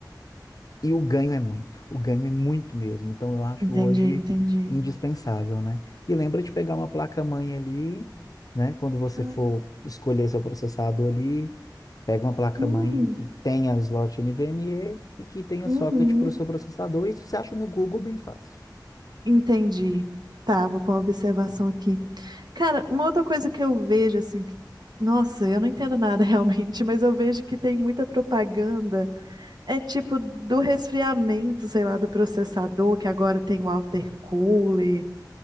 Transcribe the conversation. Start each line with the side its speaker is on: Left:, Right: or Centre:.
Left: e o ganho é muito. O ganho é muito mesmo. Então eu acho
Right: Entendi,
Left: hoje
Right: entendi.
Left: indispensável, né? E lembra de pegar uma placa-mãe ali, né? Quando você
Right: Ah,
Left: for escolher seu processador ali, pega uma placa-mãe
Right: Hum,
Left: que tenha slot NVMe e que tenha
Right: uhum.
Left: socket para o seu processador. Isso você acha no Google bem fácil.
Right: Entendi. Tá, vou pôr uma observação aqui. Cara, uma outra coisa que eu vejo, assim, que- nossa, eu não entendo nada <laughs> realmente, mas eu vejo que tem muita propaganda. É tipo do resfriamento, sei lá, do processador, que agora tem o water cooler.